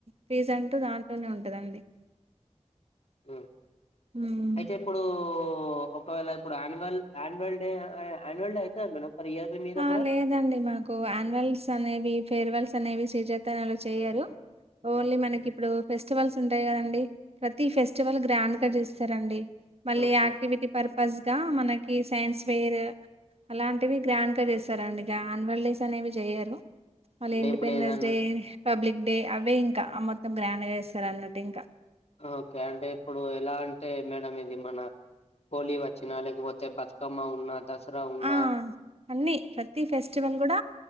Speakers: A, on the right (about 60°); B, on the left (about 60°).
A: ఫీజ్ అంటూ దాంట్లోనే ఉంటదండి
B: <unintelligible>
A: మ్మ్
B: అయితే ఇప్పుడు ఒకవేళ ఇప్పుడు యాన్యువల్ యాన్యువల్ డే ఆయాన్యువల్ డే అయితదా మేడం ఫర్ ఇయర్ మీ దగ్గర
A: ఆ లేదండి మాకు యాన్యుల్స్ అనేవి ఫేర్వెల్స్ అనేవి శ్రీ చైతన్యా లో చేయ్యరు ఓన్లీ మనకి ఇప్పుడు ఫెస్టివల్స్ ఉంటాయి కదండి ప్రతీ ఫెస్టివల్ గ్రాండ్ గా చేస్తారండి మళ్ళీ
B: ఓకే
A: యాక్టివిటీ పర్పస్ గా మనకి సైన్స్ వేర్ అలాంటివి గ్రాండ్గా చేస్తారండి ఇగ ఆన్యువల్ డేస్ అనేవి చేయరు మళ్ళీ
B: అంటే
A: ఇండిపెండెన్స్
B: ఇప్పుడు ఏదన్నా
A: డే పబ్లిక్ డే అవే ఇంక అ మొత్తం గ్రాండ్ చేస్తారు అన్నట్టు ఇంక
B: ఓకే అంటే ఇప్పుడు ఎలా అంటే మేడం ఇది మన హోలీ వచ్చినా లేకపోతే బతుకమ్మ ఉన్నా దసరా ఉన్నా
A: ఆ అన్నీ ప్రతీ ఫెస్టివల్ కూడ